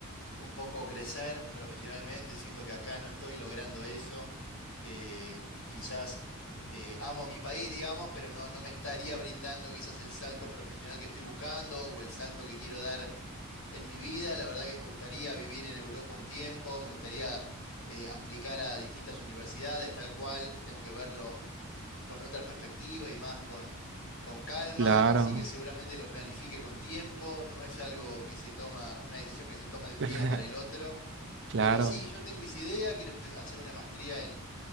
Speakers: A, on the left (about 65°); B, on the right (about 55°).
A: un poco crecer profesionalmente, siento que acá no estoy logrando eso, eh, quizás eh, amo mi país, digamos, pero no, no me estaría brindando quizás el salto profesional que estoy buscando o el salto que quiero dar en mi vida. La verdad que me gustaría vivir en Europa un tiempo, me gustaría eh, aplicar a distintas universidades, tal cual, tengo que verlo con otra perspectiva y más con, con calma,
B: Claro,
A: así que seguramente lo planifique con tiempo, no es algo que se toma, una decisión que se toma de un
B: <laughs>
A: día para el otro,
B: claro.
A: pero sí, yo tengo esa idea, quiero estu- hacer una maestría en,